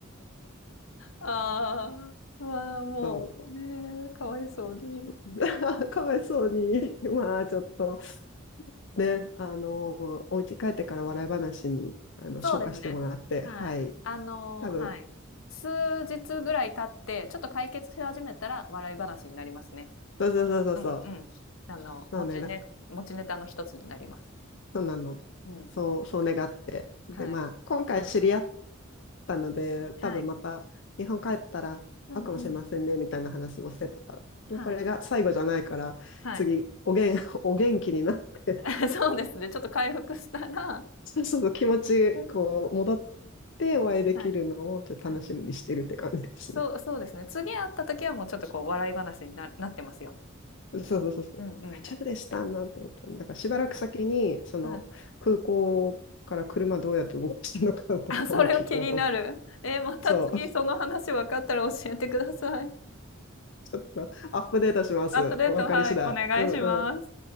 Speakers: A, on the left; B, on the left.
A: ああ、まあもうね、
B: そ
A: かわいそうに。
B: う <laughs> かわいそうに、<laughs> まあちょっとね、あの、お家帰ってから笑い話に、あの、
A: そうですね。
B: 消化してもらって、
A: はい。
B: はい。
A: あのはい。
B: 多分、
A: 数日ぐらい経って、ちょっと解決し始めたら笑い話になりますね。
B: そうそうそうそうそう。
A: うんうん。あの、持ちね、
B: そうね、なんか、
A: 持ちネタの一つになります。
B: そうなの。
A: うん。
B: そう、そう願って。で、
A: はい。
B: まあ、今回知り合ったので、多分また、
A: はい。
B: 日本帰ったら会うかもしれませんね、
A: うんうん。
B: みたいな話もしてたから。まあ、
A: はい。
B: これが最後じゃないから、
A: はい。
B: 次、おげん、<laughs> お元気になって、
A: <laughs> そうですね、ちょっと回復したら
B: そうそうそう気持ち、
A: うん。
B: こう、戻ってお会いできるのを、
A: はい、
B: ちょっと楽しみにしてるって感じですね。
A: はい。そうそうですね、次会った時はもうちょっとこう笑い話にななってますよ。
B: そうそうそうそう。
A: うんうん。
B: あ、ちょっとでしたなと思った。だからしばらく先に、その空港から車どうやって動かしてるのかとかも聞こうと思って。
A: はい。あ、それを気になる。え、また次その話分かったら教えてください。
B: そう、<laughs> ちょっとアップデートします。
A: アップデート、
B: わかり次第。
A: はい、お願いします。
B: うんうん。